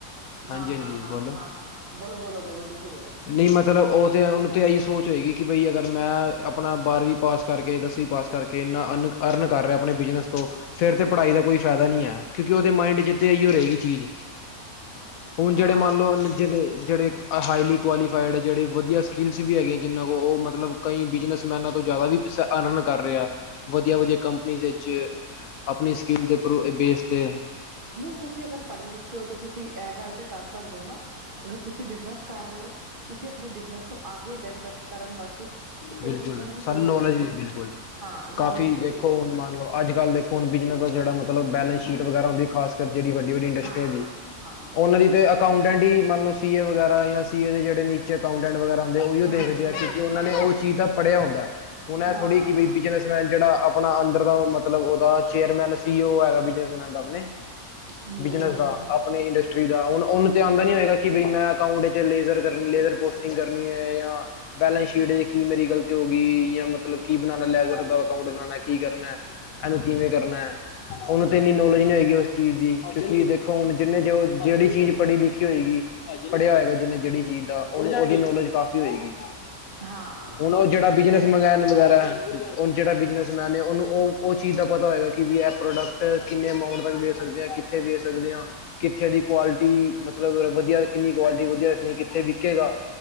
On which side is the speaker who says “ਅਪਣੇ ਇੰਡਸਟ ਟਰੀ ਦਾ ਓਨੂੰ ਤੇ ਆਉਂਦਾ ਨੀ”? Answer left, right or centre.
Left